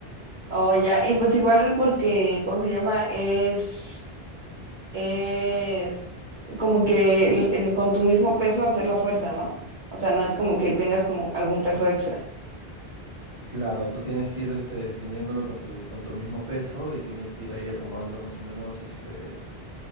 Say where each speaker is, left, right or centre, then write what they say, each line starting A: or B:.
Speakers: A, on the right; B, on the right.
A: Oh, ya. Y pues igual porque, ¿cómo se llama? Es, es como que el- el- con tu mismo peso hacer la fuerza, ¿no? O sea, no es como que tengas como algún peso extra.
B: Claro, tú tienes que ir este, definiéndolo con tu, con tu mismo peso y tienes que ir ahí acomodando más o menos este,